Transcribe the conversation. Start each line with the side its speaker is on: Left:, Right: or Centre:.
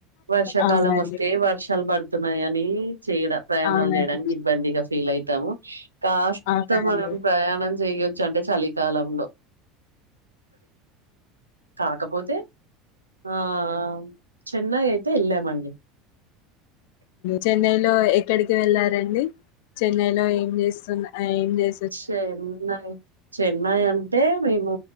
Right: వర్షాకాలం
Left: అవునండి
Right: వస్తే వర్షాలు బర్ద్ తున్నాయని అని చేయడ ప్రయాణాలు
Left: అవునండి
Right: చేయడానికి ఇబ్బందిగా ఫీల్ అయితాము <unintelligible> కాస్త
Left: అవునండి
Right: మనం ప్రయాణం చేయొచ్చు అంటే చలికాలంలో కాకపోతే ఆఁ చెన్నై అయితే వెళ్ళామండి
Left: చెన్నైలో ఎక్కడికి వెళ్లారండి చెన్నైలో ఏం చేస్తున్న ఏం చే
Right: చెన్నై చెన్నై అంటే మేము